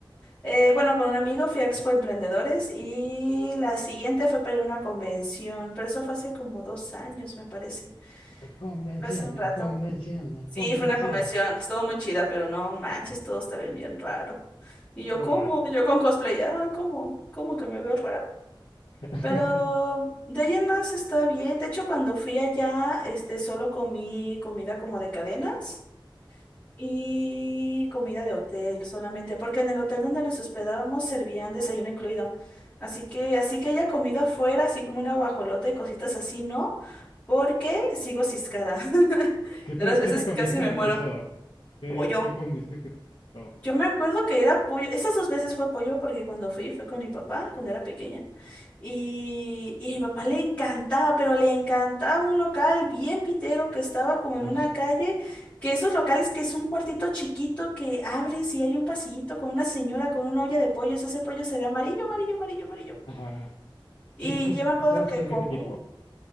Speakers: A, on the left; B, on the left.
A: Eh, bueno, con un amigo fui a Expo Emprendedores y la siguiente fue para ir a una convención, pero eso fue hace como dos años, me parece.
B: Convención,
A: Fue hace un
B: la
A: rato.
B: convención, la convención.
A: Sí, fue una convención, estuvo muy chida, pero no manches, todo está bien, bien raro. Y yo,
B: Wow.
A: ¿cómo? Yo con cosplay, ah, ¿cómo? ¿Cómo que me veo raro?
B: <laughs>
A: Pero de ahí en más está bien. De hecho, cuando fui allá, este, solo comí comida como de cadenas. Y comida de hotel solamente, porque en el hotel donde nos hospedábamos servían desayuno incluido. Así que, así que haya comido afuera, así como una guajolota y cositas así, ¿no? Porque sigo ciscada. <laughs>
B: ¿Qué
A: De
B: te,
A: las veces
B: qué te comiste
A: casi me
B: que
A: muero.
B: te hizo?
A: <laughs>
B: ¿Qué,
A: Pollo.
B: qué comiste que te mató?
A: Yo me acuerdo que era pollo, esas dos veces fue pollo porque cuando fui fue con mi papá cuando era pequeña y, y a mi papá le encantaba, pero le encantaba un local bien pitero que estaba como en
B: <laughs>
A: una calle, que esos locales que es un cuartito chiquito que abres y hay un pasillito con una señora con una olla de pollos, ese pollo se ve amarillo, amarillo, amarillo, amarillo.
B: Ajá. Sí,
A: Y
B: justo
A: yo me acuerdo
B: sé,
A: que
B: sé
A: comí,
B: de qué tipo.